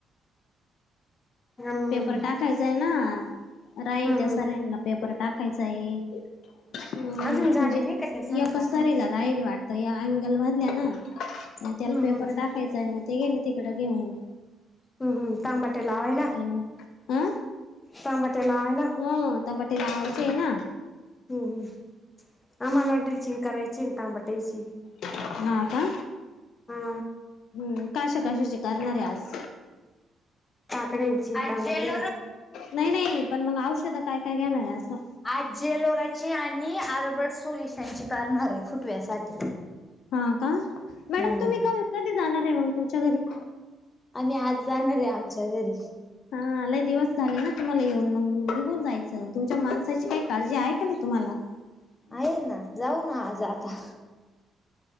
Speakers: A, on the left (about 25°); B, on the left (about 75°).
A: हम्म
B: पेपर टाकायचा आहे ना राहील
A: हम्म
B: त्या
A: हम्म
B: सऱ्यांना पेपर टाकायचाय. हम्
A: अजून
B: म्हणजे
A: झालं नाही का ते सगळं
B: एकच
A: टाकायचं
B: सरीला राहिल वाट तर या अगल वाधल्या ना मग
A: हम्म
B: त्याला पेपर
A: हम्म
B: टाकायचाय मग ते गेले तिकड घेऊन.
A: हम्म हम्म तांबट लावयला.
B: हम्म अ
A: तांबते लावायला.
B: हो ना टमाटे लावायचे आहे ना
A: हम्म हम् आम्हाला ढरीचीन कारायचन टांबाटेयची <unintelligible>
B: हा आ का
A: हा
B: हम्म कशा कशाचे करणारे आज
A: काकड्यांची टामट्याची
B: नाही नाही पण मग औषध काय काय घेणार आहे असं.
A: आजजेलोराची आणि आर्बर्ट सोलोल्युशनची करणार आहे फुटव्यासाठी.
B: हा का,
A: हम्म
B: मॅडम तुम्ही का- कधी जाणार आहे मग तुमच्या घरी?
A: आम्ही आज जाणार आहे आमच्या घरी.
B: हा लय दिवस झाले ना तुम्हाला येऊन मग, निघून जायचं तुमच्या माणसाची काही काळजी आहे का नाही तुम्हाला? <inaudible>
A: आहे ना जाऊ ना आज आता.